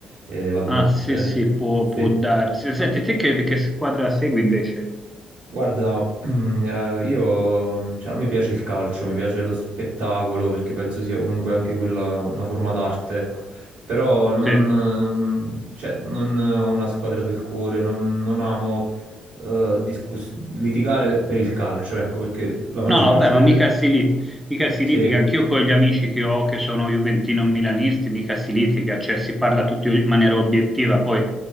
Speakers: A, on the right; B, in the centre.
A: E vabbè,
B: Ah, sì,
A: eh,
B: sì, può,
A: sì.
B: può darsi. Senti, te che, che squadra segui invece?
A: Guarda, <clears throat> eh, io, cioè, a me piace il calcio, mi piace lo spettacolo perché penso sia comunque anche quella una forma d'arte, ecco. Però non,
B: Sì.
A: ehm, cioè, non ho una squadra del cuore, non, non amo eh, discuss- litigare per il calcio, ecco, perché la maggior
B: No, vabbè,
A: parte delle...
B: ma mica si, lit- mica si
A: Sì,
B: litiga, anch'io con gli amici che ho che sono juventino-milanisti, mica si litiga, cioè si parla tutti in maniera obiettiva, poi